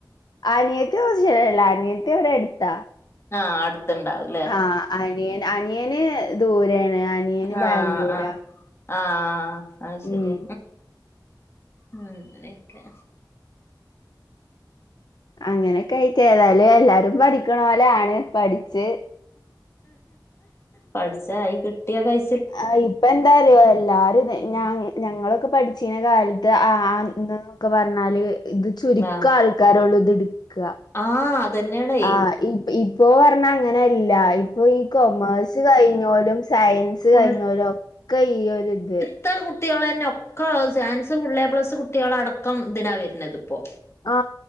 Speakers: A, on the left; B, on the left.
A: അനിയത്തി ഹോസ്റ്റൽല അനിയത്തിവടൊ അട്ത്ത
B: ആഹ് അടുത്ത്ണ്ടാവു
A: ആഹ് അനിയന്. അനിയന് ദൂരൊണ് അനിയന് ബാംഗ്ലൂരാ.
B: ആഹ് ആഹ് ആഹ് അത് ശരി
A: ഉം
B: ഉം ങ്ങനക്കൊ
A: അങ്ങനെക്കായിട്ട് എല്ലാരും പഠിക്ക്ണോലാണ് പഠിച്ച്.
B: പഠ്ച്ചായി കിട്ട്യ കഴ്
A: ആഹ് ഇപ്പെന്താ അറിയൊ എല്ലാരും
B: ഉം
A: ഞാ ഞങ്ങളൊക്കെ പഠ്ച്ചീന്ന കാൽത്ത് ആഹ് ന്നൊക്കെ പറ്ഞ്ഞാല്. ഇത് ചുരുക്കം
B: ആഹ്
A: ആൾ ആൾക്കാരോട് ഇത്ട്ക്ക
B: ആഹ് അതന്നെയാണേ
A: ആഹ് ഇ ഇപ്പൊ പറഞ്ഞ അങ്ങനല്ലാ ഇപ്പൊ ഈ കൊമേഴ്സ് കഴിഞ്ഞോലും സയൻസ്
B: ഫുൾ
A: കഴിഞ്ഞോലും ഒക്കെ ഈ ഒര് ഇത്.
B: ത്തെ കുട്ടീളെന്നെ ഒക്കെ സയൻസ് പുള്ള് ഏപ്ലസ് കുട്ടീളടക്കം ഇതിന വർണത്പ്പൊ
A: ആ